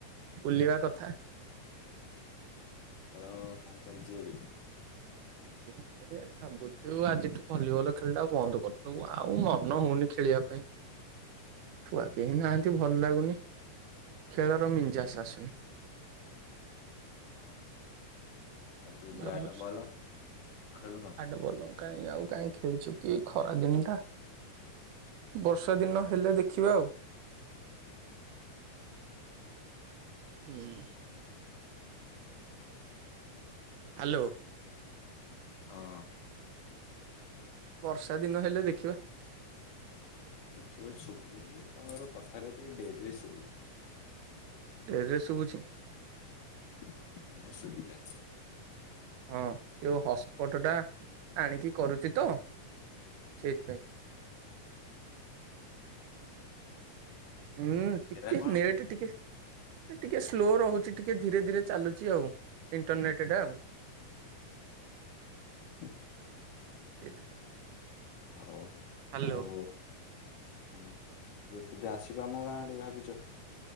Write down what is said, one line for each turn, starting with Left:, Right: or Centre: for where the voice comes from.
Right: ବୁଲିବା କଥା।
Left: ଖେଳ କଣ ଚାଲ୍ଚି ଏବେ?
Right: <inaudible> ଭାବୁଚି ଆଜିଠୁ ଭଲିବଲ ଖେଳଟା ବନ୍ଦ କରିଦବୁ, ଆଉ ମନ ହଉନି ଖେଳିବା ପାଇଁ।
Left: <inaudible>
Right: ଛୁଆ କେହି ନାହାନ୍ତି ଭଲ୍ ଲାଗୁନି ଖେଳର ମିଞ୍ଜାସ୍ ଆସୁନି।
Left: ଓହୋ, ଆଉ ଯୋଉ
Right: ଭାବୁଛୁ
Left: ବ୍ୟାଟ୍ ବଲ ଖେଳୁନ?
Right: <unintelligible> କାଇଁ ଆଉ କାଇଁ ଖେଳିଚୁ କି ଏଇ ଖରା ଦିନଟା। ବର୍ଷା ଦିନ ହେଲେ ଦେଖିବା ଆଉ। ହୁଁ। ହାଲୋ।
Left: ହଁ।
Right: ବର୍ଷା ଦିନ ହେଲେ ଦେଖିବା।
Left: ଦେଖିବ ଶୁବୁଚି, ତମର କଥଟା ଟିକେ ଡେରିରେ ଶୁବୁଚି।
Right: ଡେରିରେ ଶୁଭୁଚି?
Left: ହଁ, ଏଇନା ଶୁବିଲା।
Right: ହଁ ଯୋଉ ହଟସ୍ପଟ ଟା ଆଣିକି କରୁଚି ତ ସେଇଥିପାଇଁ। ଉଁ ଟିକେ
Left: ହେରା କଣ
Right: ନେଟେ ଟିକେ ଏ ଟିକେ ସ୍ଲୋ ରହୁଚି ଟିକେ ଧୀରେ-ଧୀରେ ଚାଲୁଚି ଆଉ, ଇଣ୍ଟରନେଟ୍ ଟା ଆଉ।
Left: <inaudible>
Right: <unintelligible>
Left: ଆଉ-ଆଉ
Right: ହ୍ୟାଲୋ।
Left: ଉଁ କେବେ ଆସିବ ଆମ ଗାଁ ଆଡେ ଭାବିଚ?